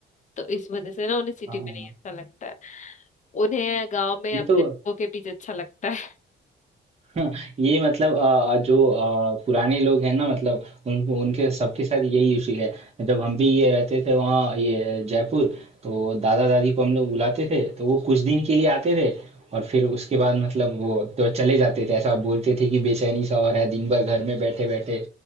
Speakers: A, on the left (about 40°); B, on the right (about 30°).
A: तो इस वजह से ना उन्हें सिटी
B: हाँ
A: में
B: हाँ,
A: नहीं
B: हाँ।
A: अच्छा लगता है उन्हें गांव में
B: ये
A: अपने
B: तो
A: लोगों के बीच अच्छा लगता है
B: <laughs> हाँ, ये मतलब अ, जो अ, पुराने लोग हैं ना मतलब उन उनके सबके साथ यही इशू है जब हम भी ये रहते थे वहाँ ये जयपुर तो दादा दादी को हम लोग बुलाते थे तो वो कुछ दिन के लिए आते थे और फिर उसके बाद मतलब वो तो चले जाते थे ऐसा बोलते थे कि बेचैनी सा हो रहा है दिन भर घर में बैठे बैठे